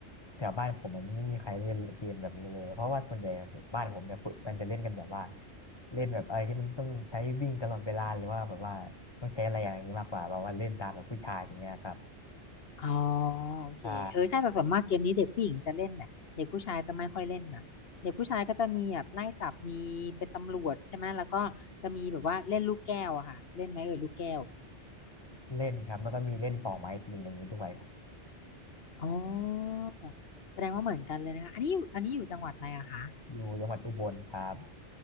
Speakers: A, on the left; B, on the left.
A: แถวบ้านผมมันไม่มีใครเล่นเกมแบบนี้เลยเพราะว่าส่วนใหญ่บ้านผมจะคุยมันจะเล่นกันแบบว่าเล่นแบบอะไรที่มันต้องใช้วิ่งตลอดเวลาหรือว่าแบบว่าต้องใช้อะไรอย่างนี้มากกว่าแบบว่าเล่นตามแบบผู้ชายอย่างเงี้ยครับ
B: อ๋อโอเคเออใช่แต่ส่วนมากเกมนี้เด็กผู้หญิงจะเล่นแหละเด็กผู้ชายจะไม่ค่อยเล่นน่ะเด็กผู้ชายก็จะมีแบบไล่จับมีเป็นตำรวจใช่ไหมแล้วก็จะมีแบบว่าเล่นลูกแก้วอะค่ะเล่นไหมเออลูกแก้ว
A: ถ้าเล่นครับแล้วก็มีเล่นปอกไม้ตีนอย่างนี้ด้วยครับ
B: อ๋อแสดงว่าเหมือนกันเลยนะคะอันนี้อยู่อันนี้อยู่จังหวัดอะไรอะคะ
A: อยู่จังหวัดอุบลครับ